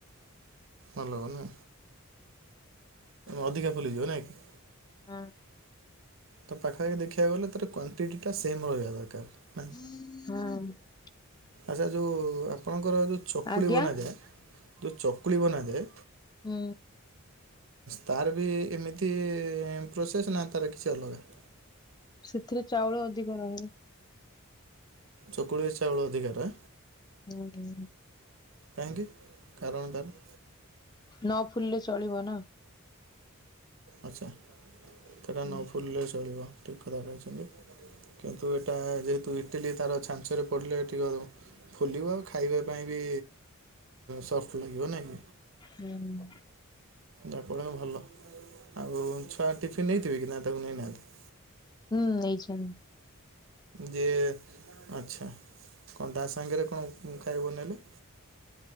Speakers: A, on the right; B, on the left.
A: ଭଲ ହବ ନା। ଅଧିକା ଫୁଲିଯିବ ନାଇଁ କି?
B: ହଁ।
A: ତ ପାଖା ପାଖି ଦେଖିବାକୁ ଗଲେ ତାର କ୍ଵଣ୍ଟି ଟା ସେମ ରହିବା ଦରକାର।
B: ହଁ।
A: ଆଛା ଯୋଉଁ ଆପଣଙ୍କର ଯୋଉଁ ଚକୁଳି
B: ଆଜ୍ଞା
A: ବନାଯାଏ ଯୋଉଁ ଚକୁଳି ବନାଯାଏ।
B: ହୁଁ।
A: ତାର ବି ଏମିତି ପ୍ରୋସେସ୍ ନା ତାର କିଛି ଅଲଗା?
B: ସେଥିରେ ଚାଉଳ ଅଧିକ ରହେ।
A: ଚକୁଳି ରେ ଚାଉଳ ଅଧିକାର
B: ଉଁ ହୁଁ।
A: କାହିଁକି କାରଣ ତାର?
B: ନ ଫୁଲିଲେ ଚଳିବ ନା?
A: ଆଚ୍ଛା ସେଟା
B: ହୁଁ
A: ନ ଫୁଲିଲେ ଚଳିବ ଠିକ୍ କଥା କହିଛନ୍ତି? କିନ୍ତୁ ଏଇଟା ଯେହେତୁ ଇଟିଲୀ ତାର ଛାଞ୍ଚରେ ପଡ଼ିଲେ ଟିକିଏ ଫୁଲିବ ଆଉ ଖାଇବା ପାଇଁ ବି ସଫ୍ଟ ଲାଗିବ ନାଇଁ?
B: ହୁଁ।
A: ଆପଣ ଭଲ ଆଉ ଛୁଆ ଟିଫିନ୍ ନେଇଥିବେ କି ନା ତାକୁ ନେଇନାହାନ୍ତି?
B: ହୁଁ ନେଇଛନ୍ତି
A: ଯେ ଆଚ୍ଛା କଣ ତା ସାଙ୍ଗରେ କଣ ଖାଇବା ନେଲେ?